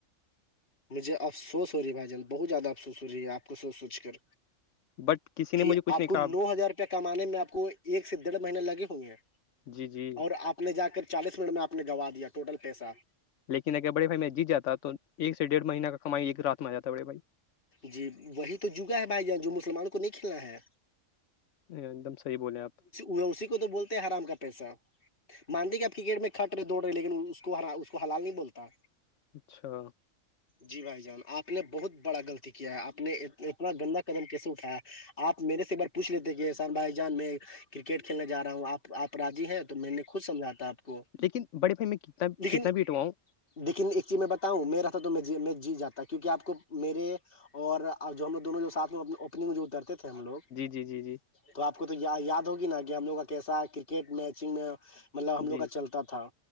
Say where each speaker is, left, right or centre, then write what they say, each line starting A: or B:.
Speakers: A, on the left; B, on the left.
A: مجھےفسوس ہو رہی بائیجل بہت زیادہ افوس رہی آپ کو سوچ سوچ کر
B: بٹ کسی نے
A: کہ
B: مجھے کچھ
A: آپ
B: نہیں
A: کو
B: کہا
A: نو ہزار روپئے کمانے میں آپ کو ایک سے ڈیڑھ مہینے لگے ہووں گے ہیں
B: جی جی
A: اور آپ جا کر چالیس منٹ میں آپ نے گنوایا ٹوٹل پیسہ
B: لیکن اگر بڑے بھائی میں جیت جاتا تو ایک سے ڈیڑھ مہینہ کا کمائی ایک رات میں جاتا ہے بڑے بھائی
A: جی وہی تو جگا ہے بھائی جاں جو مسلمانوں کو نہیں کھیلنا ہے
B: ایک دم صحیح بولے آپ
A: وہ اسی کو تو بولتے ہیں آرام کا پیسہ مانڈی کا کرکٹ میں کھٹ رہے دوڑ رہے لیکن اس کو اس کو حلال نہیں بولتا
B: اچھا
A: جی بھائی جان آپ نے بہت بڑا گغلط کیا آپ نے اتنا گندا قدم کیسے اٹھایا آپ میرے سے ایک بار پوچھ لیتے کہ شان بھائی جان میں کرکٹ کھیلنے جا رہا ہوں آپ آپ رضی ہیں تو میں نے خود سمجھا تھا آپ کو
B: لیکن بڑے بھائی میں کتنا
A: لیکن
B: کتنا بی اٹواؤں
A: لیکن ایک چیز میں بتاؤں میرا تھا تو میں میں جیت جاتا کیونکہ آپ کو میرے اورب جو ہم لگ دونوں جو ساتھ میں اوپنگ میں جو اترتے تھے ہم لوگ
B: جی جی جی
A: تو آپ کو تو یاد ہوگی نا کہ ہم لوگ کا کیسا کرکٹ میچگ میں مطلب ہم لوگ
B: جی
A: کا چلتا تھا